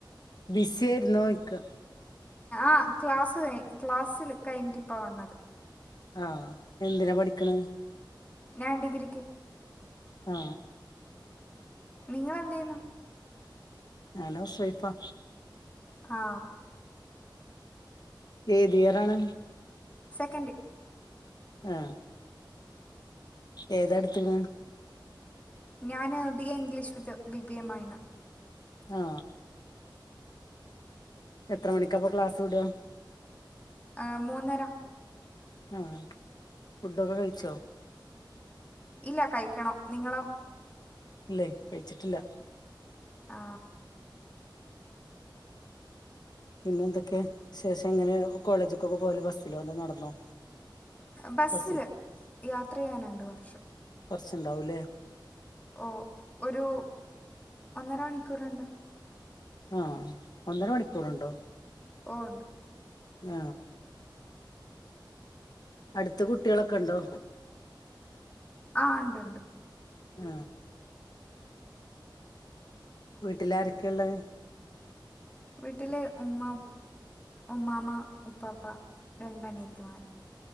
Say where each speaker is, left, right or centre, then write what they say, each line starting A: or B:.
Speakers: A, on the left (about 55°); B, on the left (about 20°).
A: ബിസിയായിരുന്നോചോയിക്കാ
B: ആക്ലാസ്സ് കഴി ക്ലാസ്സ് കഴിഞ്ഞിട്ടിപ്പ വന്നതാ
A: ആഎന്തിനാ പഠിക്കണേ
B: ഞാൻ ഡിഗ്രിക്ക്
A: ആ
B: നിങ്ങൾ എന്ത് ചെയ്യുന്നു
A: ഞാനോഹൗസ് വൈഫാ
B: ആ
A: ഏത് ഇയറാണ്
B: സെക്കൻഡ്
A: ആ ഏതാ ട്ത്ത്ണേ
B: ഞാന് B A English with B B M main
A: ആ എത്ര മണിക്കാഅപ്പൊ ക്ലാസ് വിടാ
B: ആ മൂന്നര
A: ആഹഫുഡൊക്കെ കഴിച്ചോ
B: ഇല്ല കഴിക്കണ്ണംനിങ്ങളോ
A: ഇല്ലേ കഴിച്ചിട്ടില്ല
B: ആ
A: പിന്നെ എന്തൊക്കെവിശേഷം എങ്ങനെ കോളേജക്കൊക്കെ പോവല് ബസ്സിലോ അല്ലേ നടന്നോ
B: ബസ്സില്
A: ബസ്സിൽ
B: യാത്ര ചെയ്യാനുണ്ട് കുറച്ച്
A: കുറച്ച്ണ്ടാവൂല്ലേ
B: ഓ ഒരു ഒന്നര മണിക്കൂർണ്ട്
A: ആ ഒന്നര മണിക്കൂർണ്ടോ
B: ഓ ണ്ട്
A: ആ അടുത്ത കുട്ടികളൊക്കെ ണ്ടോ
B: ആ ഇണ്ട് ഇണ്ട്
A: ആ വീട്ടിലാരൊക്കെയ ഉള്ളേ
B: വീട്ടിലെ ഉമ്മ ഉമ്മാമ ഉപ്പാപ്പ രണ്ട് അനിയത്തിമാര്.